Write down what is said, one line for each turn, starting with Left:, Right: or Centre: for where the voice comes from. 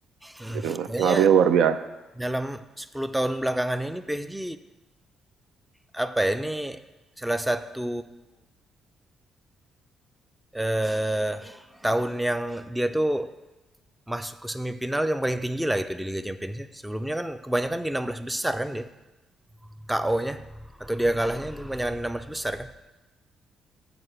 Centre: mhm,
Right: Gitu.
Centre: kayaknya
Right: Pengaruhnya luar biasa
Centre: dalam 10 tahun belakangan ini PSG, apa ya, ini salah satu, eee, tahun yang dia tuh masuk ke semifinal yang paling tinggi lah gitu di Liga Champions ya. Sebelumnya kan kebanyakan di 16 besar kan dia? KO-nya atau dia kalahnya itu kebanyakan enam belas besar kan?